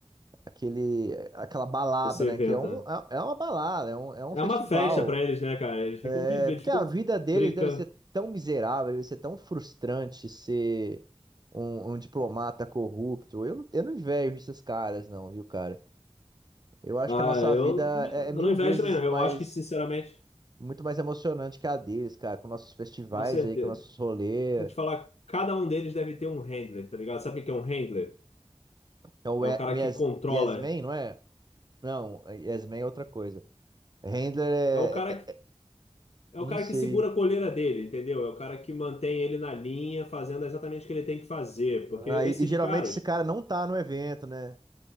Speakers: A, on the right; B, on the left.
A: aquele, aquela balada,
B: Esse
A: né?
B: evento,
A: Que é, um,
B: né?
A: é é uma balada, é um, é um
B: É
A: festival.
B: uma festa pra eles, né, cara? Eles ficam vivendo,
A: É porque
B: eles ficam
A: a vida deles
B: brincando.
A: deve ser tão miserável, deve ser tão frustrante ser um, um diplomata corrupto. Eu, não- eu não invejo esses caras, não, viu, cara? Eu acho
B: Ah,
A: que a nossa
B: eu,
A: vida
B: também
A: é,
B: não- eu
A: é mil
B: não invejo
A: vezes
B: também, não.
A: mais,
B: Eu acho que, sinceramente,
A: muito mais emocionante que a deles, cara, com nossos festivais
B: com certeza.
A: aí, com nossos rolês.
B: Vou te falar, cada um deles deve ter um handler, tá ligado? Sabe o que é um handler?
A: Então,
B: É
A: o, Ye-
B: o cara
A: o yes,
B: que controla.
A: yes Man, não é? Não, Yes Man é outra coisa. Handler
B: É o cara
A: é, é-
B: que,
A: é-
B: é
A: não
B: o cara
A: sei.
B: que segura a coleira dele, entendeu? É o cara que mantém ele na linha, fazendo exatamente o que ele tem que fazer. Porque
A: Ah,
B: esses
A: e, e geralmente
B: caras.
A: esse cara não tá no evento, né?